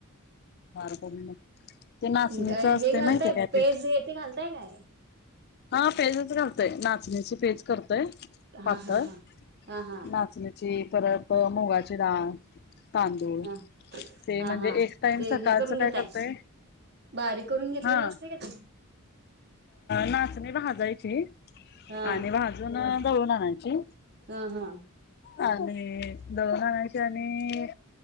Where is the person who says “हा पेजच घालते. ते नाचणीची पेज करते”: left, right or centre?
Left